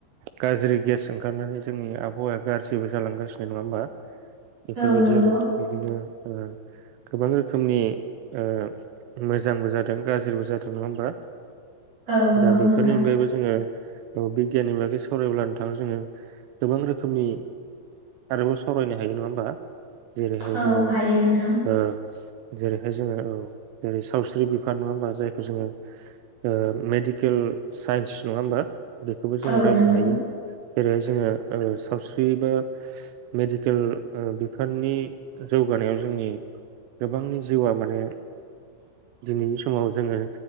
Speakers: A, on the right; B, on the right.
A: गाज्रि गेस ओंखारनानै जोंनि आबावाया गाज्रिबो जालांगासिनो नङा होमबा बेफोरबायदि
B: औ नंगौ
A: आरो बिदिनो ओ गोबां रोखोमनि ओ मोजांबो जादों गाज्रिबो जादों नङा होमबा
B: औ नंगौ
A: दा बेफोरनि
B: नोंथां
A: अनगायैबो जोङो बिगियाननि बागै सावरायोब्ला नोंथां जोङो गोबां रोखोमनि आरोबाव सावरायनो हायो नङा होमबा जेरैहाय
B: औ
A: जोङो
B: हायो नोंथां
A: ओ जेरैहाय जोङो औ जेरै सावस्रि बिफान नङा होनबा जायखौ जोङो ओ मेडिकेल साइन्स नङा होमबा। बेखौबो जोंङो
B: औ
A: रायज्लायनो
B: नंगौ
A: हायो जेरैहाय जोङो सावस्रि बा मेडिकेल बिफाननि जौगानायाव जोंनि गोबांनि जिउआ माने दिनैनि स समाव जोङो